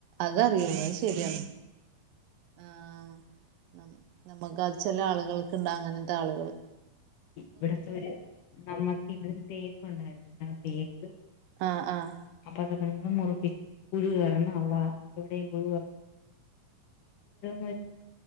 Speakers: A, on the right; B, on the left.
A: അതറിയുള്ളു അത് ശരിയാണ്. ആഹ് നമുക്കത് ചില ആളുകൾക്ക് ഉണ്ട് അങ്ങനത്തെ ആളുകൾ-
B: ഇവിടത്തെരു നമ്മക്ക് ഇവിടു തേക്ക് ഉണ്ടായിരുന്നുണ്ട് ആ തേക്ക്
A: ആഹ് ആഹ്
B: അപ്പൊതൊക്ക മുറിപ്പിച്ച് പുഴ കറന്ന്
A: ആഹ്
B: അവള എവിടെേയും പോയി <unintelligible>